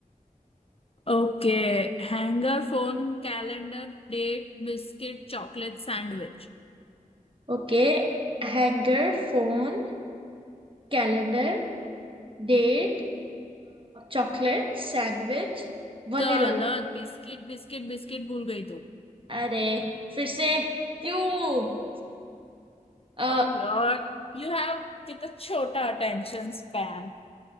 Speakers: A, on the left (about 40°); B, on the right (about 40°).
A: Okay Hanger phone calendar date biscuit chocolate sandwich
B: Okay hanger phone calendar date chocolate sandwich vanilla
A: गलत बिस्किट बिस्किट बिस्किट भूल गई तू
B: अरे फिर से क्यों अ,
A: Oh God, you have कितना छोटा अटेंशन स्पैन